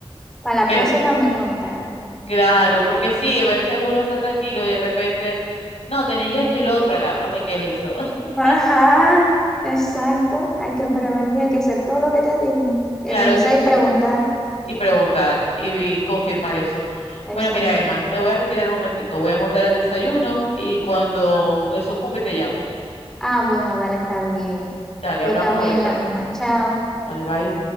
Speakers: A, in the centre; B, on the left.
A: Para la
B: ¿qué?
A: próxima me contáis.
B: Claro, porque sí, a veces uno está tranquilo y de repente, no, tenéis esto y lo otro, a la broma, ¿y qué es eso? <laughs>
A: Ajá, exacto. Hay que
B: Mm.
A: prevenir, hay que hacer todo lo que te digo. Y
B: Claro
A: revisar
B: que sí.
A: y preguntar.
B: Y preguntar y, y confirmar eso.
A: Exacto.
B: Bueno, mira, Emma, me voy a retirar un momentico, voy a montar el desayuno y cuando eso ocupe te llamo.
A: Ah, bueno, dale, está bien.
B: Dale,
A: Yo
B: hablamos
A: también
B: ahorita.
A: la misma. Chao.
B: Dale, bye.